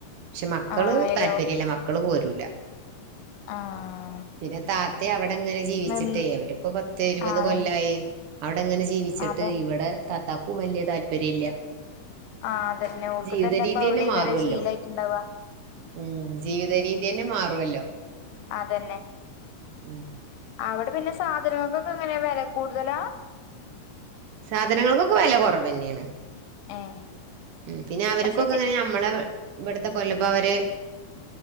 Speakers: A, on the right; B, on the left.
A: പക്ഷെ മക്കള്
B: ആഹ് അയ്ലോ
A: താല്പര്യല്ല മക്കള് പോരൂല
B: ആഹ്
A: പിന്നെ താത്തയും അവിടെങ്ങനെ ജീവിച്ചിട്ടേയ്
B: നിന്ന്
A: അവരിപ്പോ പത്ത് ഇരുപത്
B: ആഹ് അതന്നെ
A: കൊല്ലായി അവിടെങ്ങനെ ജീവിച്ചിട്ട്
B: അതെ
A: ഇവിടെ തത്താക്കും വലിയ താല്പര്യം ഇല്ല
B: ആ അതന്നെ ഓൾക്കും
A: ജീവിത
B: തന്നെ
A: രീതി
B: ഇപ്പൊ അവിടെ അയിക്കാരം
A: മാറുമല്ലോ
B: ശീലായിട്ടുണ്ടാവ
A: ഉം ജീവിത
B: ഉം
A: രീതി തന്നെ മാറുവല്ലോ
B: അതന്നെ
A: ഉം
B: അവിടെ പിന്നെ സാധനങ്ങൾക്കൊക്കെ എങ്ങനെയാ വെല കൂടുതലാ
A: സാധനങ്ങൾക്കൊക്കെ വില കുറവെന്നെയാണ്
B: ഏഹ്
A: ഉം പിന്നെ അവര്ക്കൊക്കെ
B: പക്ഷെ ചെ
A: എങ്ങനെ ഞ നമ്മളെ ഇവിടുത്തെ ബോലബ അവര്